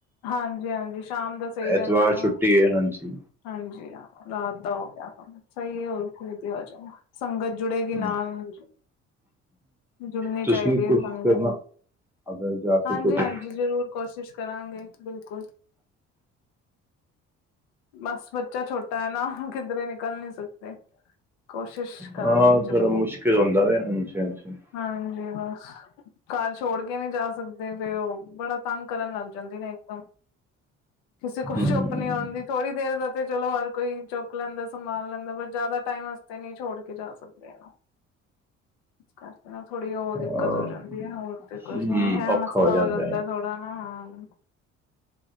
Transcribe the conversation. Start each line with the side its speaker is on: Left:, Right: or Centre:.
Left: ਹਾਂਜੀ, ਹਾਂਜੀ ਸ਼ਾਮ ਦਾ ਸਹੀ ਰਹਿੰਦਾ
Centre: ਐਤਵਾਰ
Left: ਨਾ।
Centre: ਛੁੱਟੀ
Left: ਉਹ,
Centre: ਹੈ ਹਾਂਜੀ
Left: ਹਾਂਜੀ, ਹਾਂ ਰਾਤ ਦਾ ਹੋ ਗਿਆ । ਸਹੀ ਏ, ਹੋਰ <unintelligible> ਸੰਗਤ ਜੁੜੇਗੀ ਨਾਲ।
Centre: ਹਮ,
Left: ਜੁੜਨੀ
Centre: ਤੁਸੀਂ
Left: ਚਾਹੀਦੀ
Centre: ਕੁਛ
Left: ਹੈ ਸੰਗਤ।
Centre: ਕਰਨਾ ਅਗਰ ਜਾ ਸਕੋ
Left: ਹਾਂਜੀ, ਹਾਂਜੀ।
Centre: ਤੇ
Left: ਜ਼ਰੂਰ ਕੋਸ਼ਿਸ਼ ਕਰਾਂਗੇ। ਬਿਲਕੁਲ ਬਸ, ਬੱਚਾ ਛੋਟਾ ਹੈ ਨਾ ਕਿਧਰੇ ਨਿਕਲ ਨੀ ਸਕਦੇ, ਕੋਸ਼ਿਸ਼ ਕਰਾਂਗੇ
Centre: ਹਾਂ
Left: ਜਰੂਰ।
Centre: ਥੋੜਾ ਮੁਸ਼ਕਿਲ ਹੁੰਦਾ ਵੇ ਹਾਂਜੀ ਹਾਂਜੀ
Left: ਹਾਂਜੀ, ਹਾਂ। ਘਰ ਛੋੜ ਕੇ ਨਹੀਂ ਜਾ ਸਕਦੇ ਫੇਰ ਉਹ, ਬੜਾ ਤੰਗ ਕਰਨ ਲੱਗ ਜਾਂਦੇ ਨੇ ਇਕ ਦਮ। ਕਿਸੇ ਕੋਲ
Centre: ਹਮ,
Left: ਚੁੱਪ ਨੀ ਹੁੰਦੀ, ਥੋੜੀ ਦੇਰ ਤ ਚਲੋ ਹਰ ਕੋਈ ਚੁੱਕ ਲੈਂਦਾ, ਸੰਭਾਲ ਲੈਂਦਾ, ਪਰ ਜ਼ਿਆਦਾ ਟਾਈਮ ਵਾਸਤੇ ਨਹੀਂ ਛੋੜ ਕੇ ਜਾ ਸਕਦੇ ਇਹਨੂੰ। ਇਸ ਕਰਕੇ ਨਾ ਥੋੜ੍ਹੀ ਉਹ
Centre: ਹਾਂ,
Left: ਦਿੱਕਤ ਹੋ ਜਾਂਦੀ ਹੈ, ਹੋਰ ਤੇ ਕੁਛ
Centre: ਹਮ,
Left: ਨੀ ਹੈ,
Centre: ਔਖਾ
Left: ਮਸਲਾ ਹੋ ਜਾਂਦਾ
Centre: ਹੈ
Left: ਥੋੜਾ ਨਾ, ਹਾਂ ਹੂੰ